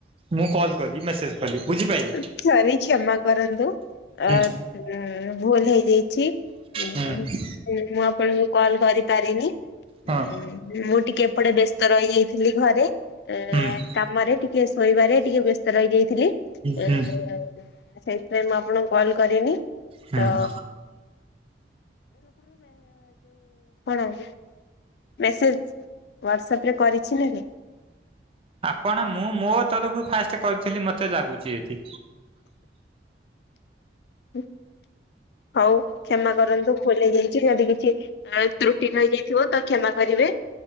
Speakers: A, on the right; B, on the left.
A: ମୁଁ କଲ୍ କଲି ମେସେଜ, କଲି ବୁଝିପାଇଲେ
B: ଉଁ ସରି କ୍ଷମା କରନ୍ତୁ ଅ
A: ହୁଁ
B: ଉଁ ଭୁଲ ହେଇଯାଇ ଅଛି ମୁଁ
A: ହୁଁ
B: ହୁଁ ଆପଣଙ୍କୁ କଲ୍ କରିପାରିନି ହୁଁ,
A: ହଁ।
B: ମୁଁ ଟିକେ ଏପଟେ ବ୍ୟସ୍ତ ରହିଯାଇଥିଲି ଘରେ, ଏଇ
A: ହୁଁ
B: କାମରେ ଟିକେ ଶୋଇବାରେ ଟିକେ ବ୍ୟସ୍ତ ରହିଯାଇଥିଲି, ଏଇଁ
A: ହୁଁ
B: ସେଇଥିପାଇଁ ମୁଁ ଆପଣଙ୍କୁ କଲ୍ କରିନି
A: ହୁଁ
B: ତ, <unintelligible> ମେସେଜ ୱାଳସାପ ରେ କରିଛି ନା ନାଇଁ?
A: ଆପଣ ମୁଁ ମୋ ତରଫରୁ ଫାଷ୍ଟ କରିଥିଲି ମତେ ଲାଗୁଛି ଏଠି,
B: ହୁଁ ହଉ କ୍ଷମା କରନ୍ତୁ ଭୁଲ ହେଇଯାଇଛି ଯଦି କିଛି, ଆଉ ତ୍ରୁଟି ରହିଯାଇଥିବ ତ କ୍ଷମା କରିବେ,